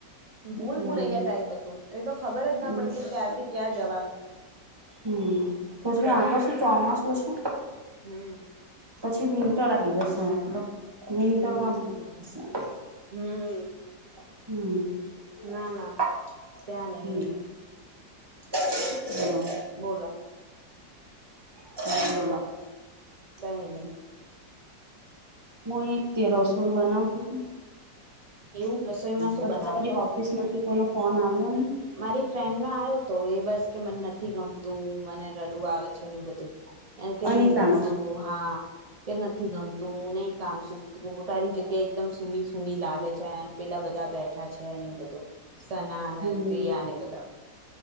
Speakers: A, on the right; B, on the right.
A: ભૂલ
B: હમ
A: ભૂલયા ટાઈપ હતું એ તો ખબર જ ના
B: હમ
A: પડી કે ક્યાંથી ક્યાં જવાનું
B: હમ પછી
A: તો
B: આગળ શું ચોમાસું છે.
A: હમ
B: પછી વિન્ટર આ આવી જશે એટલે વિન્ટરમા
A: હમ
B: બી બોવ સારું
A: હમ
B: હમ
A: ના ના
B: હમ
A: ત્યાં નઈ
B: <inaudible>
A: બોલો.
B: તમે બોલો
A: કઈ નહી
B: હું એ તે રસોઈ બનાવતી હતી
A: એવું રસોઈમાં શું
B: પછી
A: બનાવો
B: તમારી
A: છો
B: ઓફિસ માંથી કોઈનો ફોન આવ્યોને
A: મારી ફ્રેન્ડનો આવ્યો તો એ બસ કે મને નથી ગમતું મને રડું આવે છે, ને એ બધું કે
B: અનિતાનો
A: નહી ગમતુ હા કે નથી ગમતું નહી કામ સુ તો તારી જગ્યા એકદમ સૂની સૂની લાગે છે, પેલા બધા બેઠા છે, અને એવું બધું સના અને
B: હમ
A: પ્રિયા ને બધા